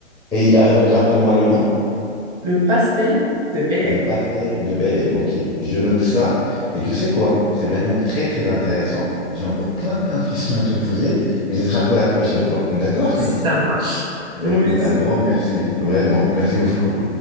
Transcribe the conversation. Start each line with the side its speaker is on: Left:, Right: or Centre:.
Centre: Et euh, rappelez-moi le nom,
Right: Le pastel de Bélem.
Centre: le pastel de Belém. Ok, je note ça. Et tu sais quoi? C'est vraiment très, très intéressant. J'ai encore plein, plein de questions à te poser, mais ce sera pour la prochaine fois. D'accord?
Right: Ça
Centre: <laughs>
Right: marche.
Centre: Bah
Right: Gros
Centre: écoute,
Right: bisous.
Centre: un grand merci, vraiment. Merci beaucoup.